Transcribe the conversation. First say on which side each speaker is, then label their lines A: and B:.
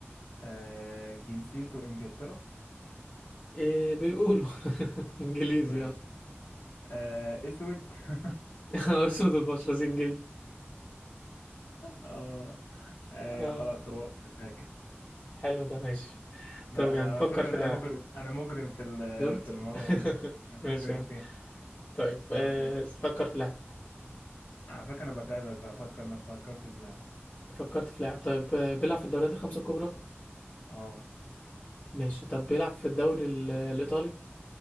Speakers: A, on the left; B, on the left.
A: آه جنسيته إنجلترا
B: إيه بيقولوا <laughs> انجليزي
A: ماشي
B: اه
A: آه أسود <laughs>
B: <laughs> اسود البشرة زنجي
A: آه. آه
B: <laughs> اه
A: خلاص هو ساكن
B: حلو ده ماشي
A: لا
B: طب يعني
A: لا
B: فكر
A: على فكرة
B: في
A: أنا
B: لاعب
A: مجرم أنا مجرم في ال-
B: شفت
A: في المرة
B: <laughs>
A: دي أنا مجرم
B: ماشي يا عم
A: فيها
B: طيب
A: خلاص
B: آه
A: ماشي
B: فكر في لاعب
A: على فكرة أنا بتعبك بفكر أنا فكرت في لاعب
B: فكرت في لاعب طيب آه بيلعب في الدوريات الخمسة الكبرى
A: أه
B: ماشي طب بيلعب في الدوري ال- الإيطالي